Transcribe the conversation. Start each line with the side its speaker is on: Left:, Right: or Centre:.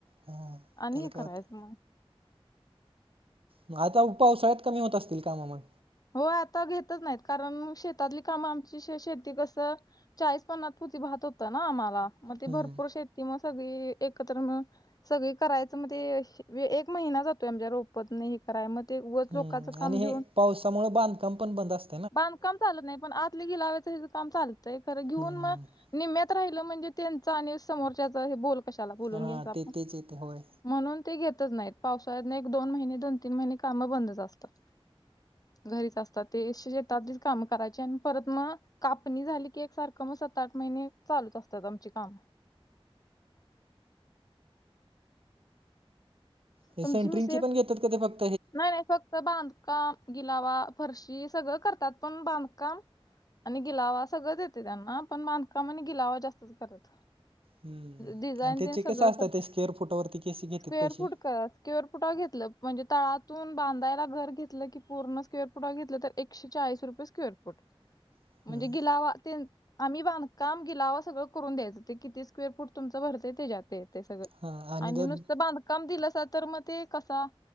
Right: हां
Left: आणि
Right: त्याला
Left: हे करायचं
Right: काय होतं
Left: मग.
Right: मग आता पावसाळ्यात कमी होत असतील काम मग?
Left: हो आता घेतच नाहीत. कारण मग शेतातली कामं आमची शेती कसं चाळीस पन्नास पोती भात होतं ना आम्हाला, मग ते
Right: हम्म,
Left: भरपूर शे कि मग सगळी एकत्र मिळून सगळी करायचं, मग ते एक महिना जातोय. आमच्या रोप होतं नाही हे कराय, मग ते ऊगच लोकांचं
Right: हम्म.
Left: काम
Right: आणि
Left: घेऊन
Right: हे पावसामुळं बांध काम पण बंद अस
Left: बांधकाम चालत नाही पण, आतल गीलावाचं हेच काम चालतंय खरं घेऊन
Right: हम्म,
Left: मग.
Right: हम्म.
Left: निम्यात राहिलं म्हणजे त्यांचा आणि समोरच्याचा बोल कशाला बोलून
Right: हां
Left: घ्यायच आपण.
Right: ते तेच येते होय
Left: म्हणून ते घेतच नाहीत, पावसाळ्याने एक दोन महिने दोन तीन महिने कामं बंदच असतात. घरीच असतात ते शेतातीच काम करायचे, आणि परत मग. कापणी झाली की एक सारखं, मग सात आठ महिने चालूच असत्यात आमची कामं.
Right: ते
Left: तुमची
Right: सेंट्रिंग
Left: मिसेस
Right: पण घेतात का ते फक
Left: नाही नाही, फक्त बांधकाम गिलावा फरशी सगळं करतात पण बांधकाम. आणि गिलावा सगळं देते त्यांना, पण बांधकाम गिलावा जास्तच करतात.
Right: हम्म.
Left: डिझाईन
Right: आणि त्याचे
Left: तेन सगळं
Right: कसं
Left: करत्यात,
Right: असतात ते स्क्वेअर फुटावरती केसे घेतात
Left: स्क्वेअर
Right: पैसे
Left: फूट करतं. स्क्वेअर पुटावर घेतलं म्हणजे तळात. तून बांधलाय घर घेतलं की पूर्ण, स्क्वेअर फुटावर घेतलं तर एकशेचाळीस रुपये स्क्वेअर फुट.
Right: हम्म.
Left: म्हणजे गिलावा तेन. आम्ही बांधकाम गिलावा सगळं करून द्यायचं ते, किती स्क्वेअर फूट तुमचं भरतेय तेच्यात ते. ते सगळं
Right: हां
Left: आणि
Right: जर
Left: नुसतं बांधकाम दिलंसा, तर मग ते कसं.